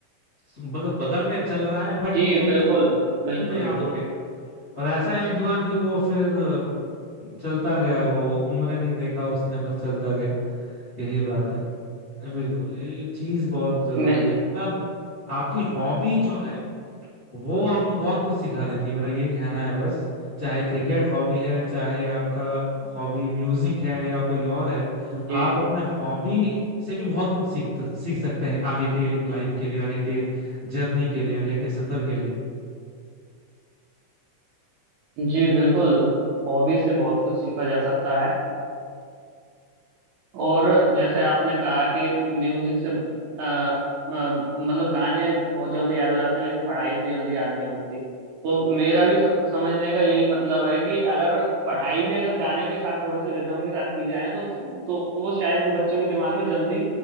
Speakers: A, on the left (about 75°); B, on the right (about 80°).
A: बग, बगल में चल रहा है बट
B: जी
A: सुनते
B: बिल्कुल बिल्कुल
A: सुनते याद
B: बिल्कुल
A: हो गया और ऐसा याद हुआ कि वो फिर अ, चलता गया वो उम्र नहीं देखा उसने बस चलता गया यही बात है बिल्कुल ये, ये चीज बहुत जरूरी
B: मैं
A: है मतलब आपकी हॉबी जो है वो आपको बहुत कुछ सिखा देती है मेरा ये कहना है बस चाहे क्रिकेट हॉबी है चाहे आपका हॉबी म्यूजिक है या कोई और है
B: जी
A: आप अपने हॉबी से भी बहुत कुछ सीख सीख सकते हैं आगे के लाइफ के लिए आगे के जर्नी के लिए आगे के सफर के लिए
B: जी बिल्कुल हॉबी से बहुत कुछ सीखा जा सकता है और जैसे आपने कहा कि म्यूजिक से अ, अ, मतलब गाने बहुत जल्दी याद हो जाते हैं लेकिन पढ़ाई तो जल्दी याद नहीं होती तो मेरा भी स- समझने का यही मतलब है कि अगर पढ़ाई भी अगर गाने के साथ थोड़ी सी रिदम के साथ की जाए तो तो वो शायद बच्चों के दिमाग में जल्दी